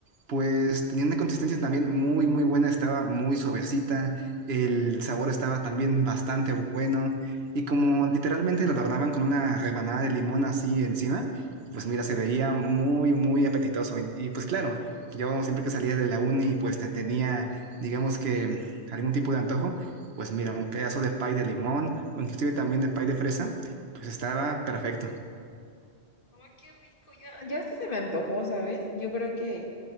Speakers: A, on the right; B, on the left.
A: pues tenía una consistencia también muy, muy buena, estaba muy suavecita, el sabor estaba también bastante bueno y como literalmente lo adornaban con una rebanada de limón así encima, pues mira, se veía muy, muy apetitoso. Y, y, pues claro, yo siempre que salía de la uni, pues te- tenía, digamos que mm, algún tipo de antojo, pues mira, un pedazo de pie de limón, o inclusive también de pie de fresa, pues estaba perfecto.
B: Ay, qué rico. Ya, ya hasta se me antojó, ¿sabes? Yo creo que